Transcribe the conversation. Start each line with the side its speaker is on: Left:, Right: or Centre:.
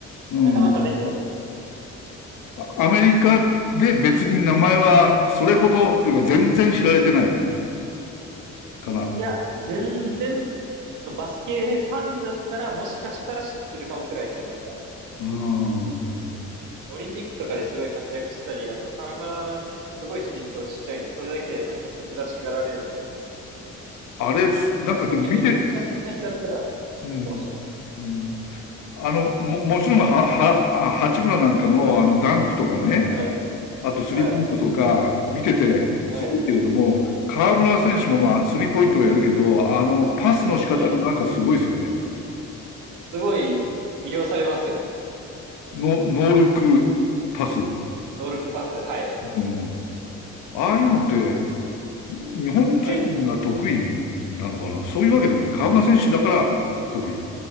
Left: うん。
Right: なかなか出れないみたいな。
Left: アメリカで別に名前はそれほどというか全然知られてないかな。
Right: いや、全然、そのバスケファンだったら、もしかしたら知ってるかもくらいですね。なんか、
Left: うん。
Right: オリンピックとかですごい活躍したり、あと、河村選手すごい身長ちっちゃいんで、それだけでなんか珍しがられるんで、
Left: あれ、なんかでも見て、
Right: バスケめっちゃ好きな人だったら知ってるかもしれないですね。
Left: うん。うん、あの、も、もちろんは、は、あ八村なんかのあのダンクとかね、
Right: はい、
Left: あとスリーポイントとか見ててすごいけれども、
Right: はい、はい、
Left: 河村選手もまあスリーポイントはやるけど、
Right: はい、
Left: あのパスの仕方がなんかすごいですよね。
Right: はい。すごい魅了されますよね。
Left: ノノールックパス。
Right: ノールックパス。はい、
Left: うん。ああいうのって日本人が得意なのかなそういうわけでもない。
Right: はい。
Left: 河村選手だから得意。